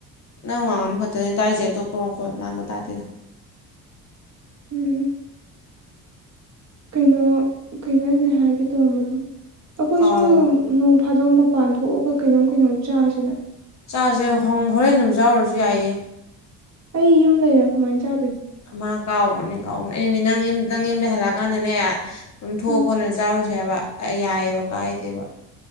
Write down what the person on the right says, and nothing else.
ꯎꯝ ꯀꯩꯅꯣ ꯀꯩꯅꯣ ꯑꯩꯅ ꯍꯥꯏꯒꯦ ꯇꯧꯔꯝꯕꯗꯣ ꯑꯩꯈꯣꯏꯁꯨ
ꯐꯥꯗꯣꯛꯝ ꯃꯄꯥꯟ ꯊꯣꯛꯑꯒ ꯀꯩꯅꯣꯝ ꯀꯩꯅꯣꯝ ꯆꯥꯁꯤꯅ
ꯑꯩ ꯌꯨꯝ ꯂꯩꯔꯦ ꯈꯨꯃꯥꯏ ꯆ
ꯎꯝ